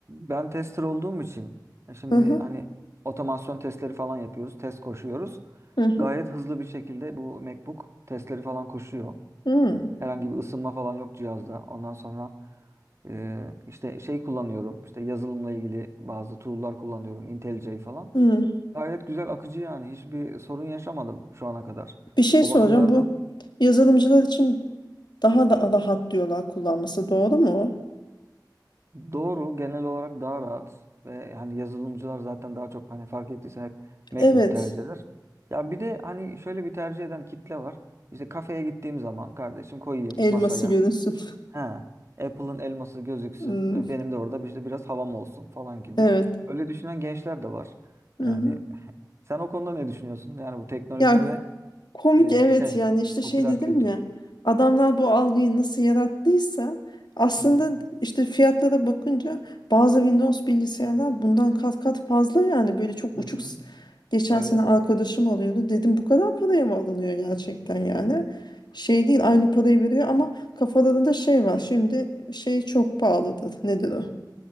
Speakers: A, on the right (about 40°); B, on the left (about 75°).
A: ben tester olduğum için e, şimdi
B: Hı hı.
A: hani otomasyon testleri falan yapıyoruz, test koşuyoruz.
B: Hı hı.
A: Gayet hızlı bir şekilde bu MacBook testleri falan koşuyor.
B: Hı.
A: Herhangi bir ısınma falan yok cihazda. Ondan sonra e, işte şey kullanıyorum. işte yazılımla ilgili bazı tool'lar kullanıyorum. IntelliJ falan.
B: Hı.
A: Gayet güzel akıcı yani. Hiçbir sorun yaşamadım şu ana kadar.
B: Bir şey
A: O
B: soracağım.
A: bakımlardan
B: Bu yazılımcılar için daha da rahat diyorlar kullanması. Doğru mu?
A: Doğru, genel olarak daha rahat ve hani yazılımcılar zaten daha çok hani fark ettiysen hep MacBook
B: Evet.
A: tercih eder. Ya bir de hani şöyle bir tercih eden kitle var. İşte kafeye gittiğim zaman kardeşim koyayım
B: Elması
A: masaya.
B: görünsün.
A: Ha, Apple'ın elması gözüksün
B: <laughs>
A: ve benim de orada işte biraz havam olsun falan gibi.
B: Evet.
A: Öyle düşünen gençler de var.
B: Hı
A: Yani
B: hı.
A: sen o konuda ne düşünüyorsun? Yani bu teknoloji
B: Ya
A: ve
B: komik
A: e,
B: evet
A: şey
B: yani işte
A: popüler
B: şey dedim
A: kültür.
B: ya adamlar bu algıyı nasıl yarattıysa aslında
A: Hı hı.
B: işte fiyatlara bakınca bazı Windows bilgisayarlar bundan kat kat fazla yani böyle çok
A: Hı
B: uçuk
A: hı.
B: s- geçen
A: Evet,
B: sene arkadaşım alıyordu dedim bu kadar paraya mı alınıyor gerçekten yani şey değil aynı parayı veriyor ama kafalarında şey var şimdi şey çok pahalıdır nedir o